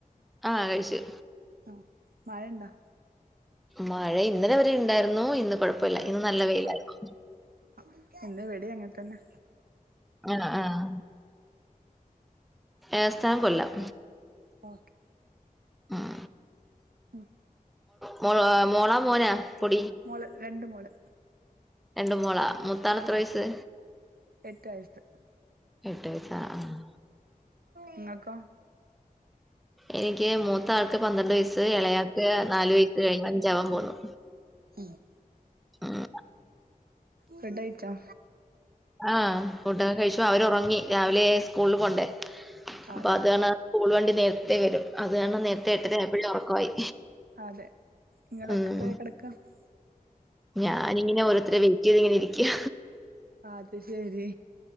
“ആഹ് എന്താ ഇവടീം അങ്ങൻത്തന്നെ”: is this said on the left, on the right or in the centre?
Right